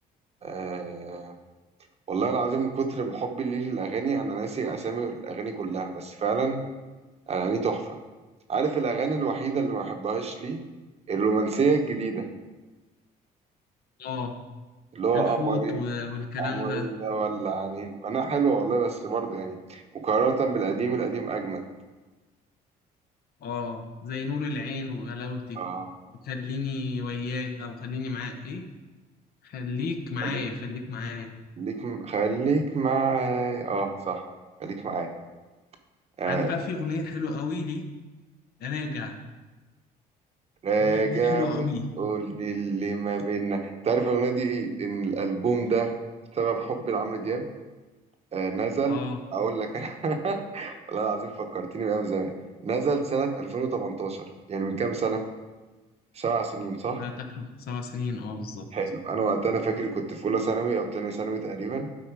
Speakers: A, on the right (about 40°); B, on the left (about 65°).
A: آه والله العظيم من كتر حبي ليه للاغاني انا ناسي اسامي الاغاني كلها بس فعلا اغاني تحفه عارف الاغاني الوحيده اللي ما بحبهاش ليه الرومانسيه الجديده
B: اه
A: اللي هو
B: الحوت
A: قمرين
B: و- والكلام
A: قمرين
B: ده
A: ده ولا عنين انا حلوه والله بس برضه يعني مقارنه بالقديم القديم اجمد
B: اه زي نور العين وغلاوتك
A: اه
B: خليني وياك او خليني معاك ايه خليك معايا
A: خليك
B: خليك معايا
A: خليك خليك معايا اه صح خليك معايا آه،
B: عارف بقى في اغنيه حلوه قوي لي راجع
A: راجع
B: دي دي حلوه قوي
A: بتقول لي اللي ما بينا انت عارف الاغنيه دي ان الالبوم ده بسبب حبي لعمرو دياب آه، نزل
B: اه
A: اقول لك انا <laughs> والله العظيم فكرتني بايام زمان نزل سنه 2018 يعني من كام سنه سبع سنين صح
B: لا تكره سبع سنين اه بالظبط
A: حلو انا وقتها انا فاكر كنت في اولى ثانوي او تانية ثانوي تقريبا